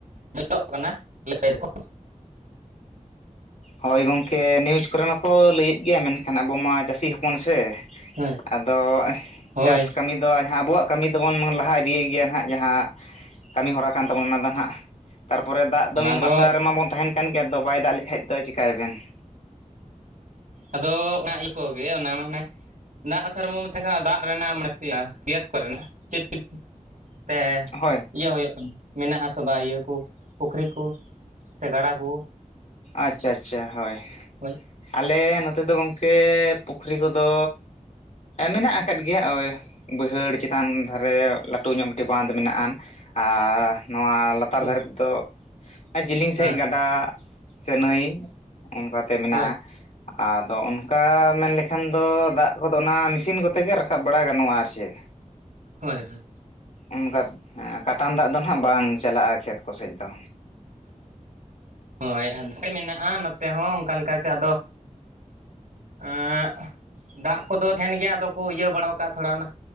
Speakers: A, on the right; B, on the left.
A: ᱧᱮᱞᱚᱜ ᱠᱟᱱᱟ ᱞᱟᱹᱭᱫᱟᱠᱚ
B: ᱦᱳᱭ ᱜᱚᱝᱠᱮ ᱱᱤᱭᱩᱡᱽ ᱠᱚᱨᱮ ᱢᱟᱠᱚ ᱞᱟᱹᱭᱮᱫ ᱜᱮᱭᱟ ᱢᱮᱱ ᱠᱷᱟᱱ ᱟᱵᱚ ᱢᱟ ᱪᱟᱹᱥᱤ ᱦᱚᱯᱚᱱ ᱥᱮ
A: ᱦᱳᱭ
B: ᱟᱫᱚ
A: ᱦᱳᱭ
B: ᱪᱟᱥ ᱠᱟᱹᱢᱤ ᱫᱚ ᱡᱟᱦᱟᱸ ᱟᱵᱚᱣᱟᱜ ᱠᱟᱹᱢᱤ ᱫᱚᱵᱚᱱ ᱞᱟᱦᱟ ᱤᱫᱤᱭ ᱜᱮᱭᱟ ᱱᱟᱦᱟᱜ ᱡᱟᱦᱟᱸ ᱠᱟᱹᱢᱤ ᱦᱚᱨᱟ ᱠᱟᱱ ᱛᱟᱵᱚᱱᱟ ᱚᱱᱟ ᱫᱚ ᱦᱟᱱᱟᱜ᱾ ᱛᱟᱨᱯᱚᱨᱮ ᱫᱟᱜ ᱫᱚᱢ
A: ᱚᱱᱟ ᱫᱚ
B: ᱟᱥᱟ ᱨᱮᱢᱟᱵᱚᱱ ᱛᱟᱦᱮᱱ ᱠᱟᱱ ᱜᱮᱭᱟ ᱛᱚ ᱵᱟᱭ ᱫᱟᱜ ᱞᱮᱠᱟᱱᱡ ᱫᱚ ᱪᱤᱠᱟᱹ ᱪᱤᱠᱟ. ᱭᱟ ᱵᱮᱱ
A: ᱟᱫᱚ ᱚᱱᱟ ᱤᱭᱟᱹ ᱠᱚᱜᱮ ᱚᱱᱟ ᱢᱟᱱᱮ ᱫᱟᱜ ᱥᱮᱨᱢᱟ ᱛᱟᱦᱮᱸ ᱠᱟᱱᱟ ᱫᱟᱜ ᱨᱮᱱᱟᱜ ᱢᱟᱱᱮ ᱥᱤᱭᱟᱹᱛ ᱠᱚ ᱨᱮᱱᱟᱜ ᱪᱮᱫ ᱛᱮ
B: ᱦᱳᱭ
A: ᱤᱭᱟᱹ ᱦᱩᱭᱩᱜ ᱠᱟᱱᱟ ᱢᱮᱱᱟᱜ ᱟᱥᱮ ᱵᱟᱝ ᱤᱭᱟᱹ ᱠᱚ ᱯᱩᱠᱷᱨᱤ ᱠᱚ ᱥᱮ ᱜᱟᱰᱟ ᱠᱚ
B: ᱟᱪᱪᱷᱟ ᱟᱪᱪᱷᱟ ᱟᱪᱪᱷᱟ ᱦᱳᱭ
A: ᱦᱳᱭ
B: ᱟᱞᱮ ᱱᱚᱛᱮ ᱫᱚ ᱜᱚᱝᱠᱮ ᱯᱩᱠᱷᱨᱤ ᱠᱚᱫᱚ ᱢᱮᱱᱟᱜ ᱟᱠᱟᱫ ᱜᱮᱭᱟ ᱳᱭ ᱵᱟᱹᱭᱦᱟᱹᱲ ᱪᱮᱛᱟᱱ ᱫᱷᱟᱨᱮ ᱞᱟᱹᱴᱩ ᱧᱚᱜ ᱢᱤᱫᱴᱟᱝ ᱵᱟᱸᱱᱫᱷ ᱢᱮᱱᱟᱜᱼᱟ ᱟᱨ ᱱᱚᱣᱟ ᱞᱟᱛᱟᱨ
A: ᱦᱮᱸ
B: ᱫᱷᱟᱨᱮ ᱛᱮᱫᱚ ᱡᱤᱞᱤᱧ ᱥᱟᱹᱦᱤᱡ
A: ᱦᱮᱸ
B: ᱜᱟᱰᱟ ᱥᱮᱸ ᱱᱟᱹᱭ ᱚᱱᱠᱟᱛᱮ ᱢᱮᱱᱟᱜᱼᱟ
A: ᱦᱳᱭ
B: ᱟᱫᱚ ᱚᱱᱠᱟ ᱢᱮᱱᱞᱠᱷᱟᱱ ᱮᱱᱠᱷᱟᱱ ᱫᱚ ᱫᱟᱜ ᱠᱚᱫᱚ ᱚᱱᱟ ᱢᱮᱥᱤᱱ ᱠᱚᱛᱮ ᱜᱮ ᱨᱟᱠᱟᱵ ᱵᱟᱲᱟ ᱜᱟᱱᱚᱜᱼᱟ ᱟᱨ ᱪᱮᱫ᱾
A: ᱦᱳᱭ ᱦᱳᱭ
B: ᱚᱱᱠᱟ ᱦᱮᱸ ᱠᱟᱴᱟᱝ ᱫᱟᱜ ᱫᱚ ᱱᱟᱜ ᱵᱟᱝ ᱪᱟᱞᱟᱜᱼᱟ ᱠᱷᱮᱛ ᱠᱚ ᱥᱮᱡ ᱫᱚ
A: ᱦᱳᱭ ᱟᱫᱷᱟ ᱢᱮᱱᱟᱜᱼᱟ ᱱᱚᱛᱮ ᱦᱚᱸ ᱚᱱᱠᱟ ᱞᱮᱠᱟ ᱜᱮ ᱟᱫᱚ ᱮᱸ ᱫᱟᱜ ᱠᱚᱫᱚ ᱛᱟᱦᱮᱱ ᱜᱮᱭᱟ ᱟᱫᱚ ᱠᱚ ᱤᱭᱟᱹ ᱵᱟᱲᱟᱟᱣ ᱠᱟᱜᱼᱟ ᱛᱷᱚᱲᱟ ᱚᱱᱟ